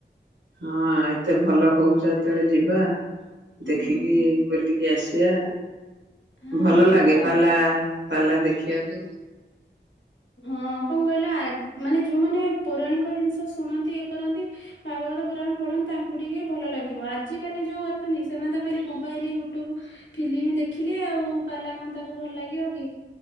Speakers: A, on the right; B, on the left.
A: ହଁ ଏତେ ଭଲ କହୁଚ ଯେତେବେଳେ ଯିବା।
B: ହୁଁ
A: ଦେଖିକି ବୁଲିକି ଆସିବା।
B: ହଁ
A: ଭଲ
B: ହଉ
A: ଲାଗେ
B: ଆଉ।
A: ପାଲା ପାଲା ଦେଖିବାକୁ।
B: ହଁ କଣ କହିଲ ଆ ମାନେ ଯୋଉମାନେ ପୌରାଣିକ ଜିନିଷ ଶୁଣନ୍ତି ଇଏ କରନ୍ତି ଭାଗବତ ପୁରାଣ ପଢ଼ନ୍ତି ତାଙ୍କୁ ଟିକେ ଭଲ ଲାଗିବ ଆଜିିକାଲି ଯୋଉ ଅ ଛନ୍ତି ସେମାନେ ତ ଖାଲି ମୋବାଇଲ ୟୁଟ୍ୟୁବ ଫିଲିମି ଦେଖିଲେ ଆଉ। ଉ ପାଲା କଣ ତାକୁ ଭଲ ଲାଗିବ କି?